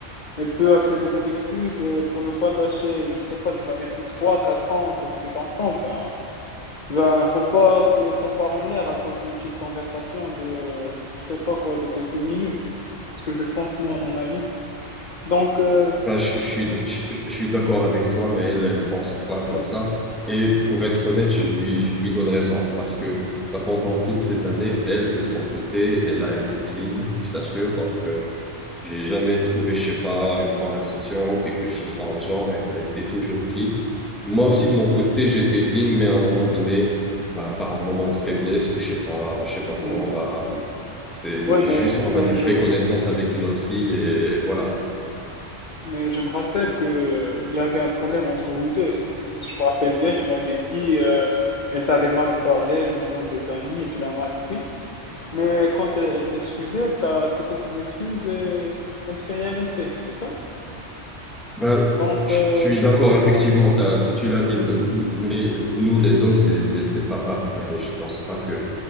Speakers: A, on the left; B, in the centre.
A: elle peut accepter tes excuses et pour ne pas gâcher, je sais pas, tu m'avais dit 3 4 ans que vous êtes ensemble, ben, ben faut pas que ça part en l'air à cause d'une petite conversation de, je sais pas quoi, de quelques minutes. C'est ce que je pense, moi, à mon avis. Donc, euh,
B: Bah, je, je suis, je, je suis d'accord avec toi, mais elle ne pense pas comme
A: ouais,
B: ça. Et
A: ouais,
B: pour être honnête, je lui, je lui donne raison parce que bah, pendant toutes ces années, elle, de son côté, elle a été clean, je t'assure. Donc, euh, j'ai jamais trouvé, je sais pas, une conversation ou quelque chose dans le genre. Elle, elle était toujours clean. Moi
A: ouais,
B: aussi, de mon côté, j'étais clean, mais à un moment donné, bah, par un moment de faiblesse ou je sais pas, je sais pas comment,
A: ouais,
B: bah,
A: ouais.
B: euh,
A: Ouais,
B: j'ai
A: mais,
B: juste, on
A: mais
B: va dire,
A: je,
B: fait connaissance avec une autre fille et voilà.
A: Mais je me rappelle que euh, il y avait un problème entre vous deux. Si je me rappelle bien, tu m'avais dit, euh, elle t'avait mal parlé devant des amis et tu l'as mal pris. Mais quand elle, elle s'excusait, t'as accepté ses excuses et comme si rien n'était, c'est ça?
B: Ben,
A: Donc,
B: je
A: euh,
B: je suis
A: je,
B: d'accord,
A: je pense,
B: effectivement, t'as- tu l'as dit, ben, mais nous, les hommes, c'est, c'est, c'est pas pareil. Je pense pas que